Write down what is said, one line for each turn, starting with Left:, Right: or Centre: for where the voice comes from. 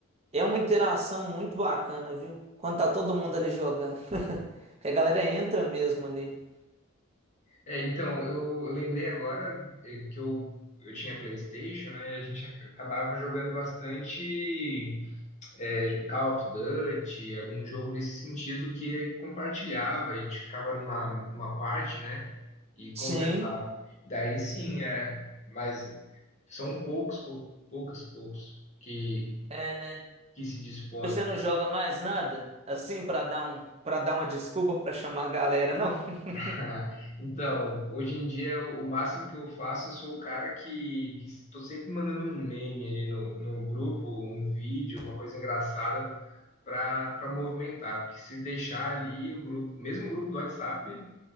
Right: é uma interação muito bacana, viu? Quando tá todo mundo ali jogando. <laughs> Porque a galera entra mesmo ali.
Left: É, então, eu, eu lembrei agora é, que eu, eu tinha PlayStation, né? E a gente ac- acabava jogando bastante é, Call of Duty, algum jogo nesse sentido que compartilhava, e a gente ficava numa, numa parte, né? E conversava.
Right: Sim,
Left: Daí sim, é, mas são poucos, pou, poucos, poucos que,
Right: é, né?
Left: que se dispõem.
Right: Você não joga mais nada? Assim, pra dar um, para dar uma desculpa pra chamar a galera, não? <laughs>
Left: <laughs> Ah, Então, hoje em dia, o o máximo que eu faço, eu sou o cara que, que estou sempre mandando um meme ali no, no grupo, um vídeo, uma coisa engraçada para para movimentar. Porque se deixar ali o grupo, mesmo o grupo do WhatsApp,